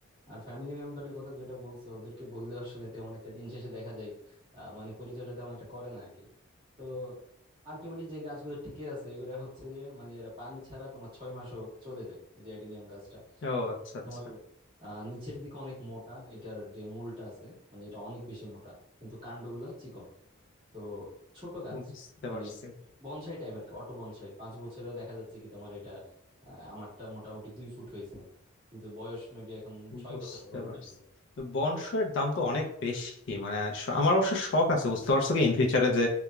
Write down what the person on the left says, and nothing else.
ও আচ্ছা আচ্ছা
বুঝতে
পারছি
বুঝতে
পারছি
তো বনশো এর দাম তো অনেক বেশি মানে স- আমার অবশ্য শখ আছে বুঝতে পারছো কি ইন ফিউচারে যে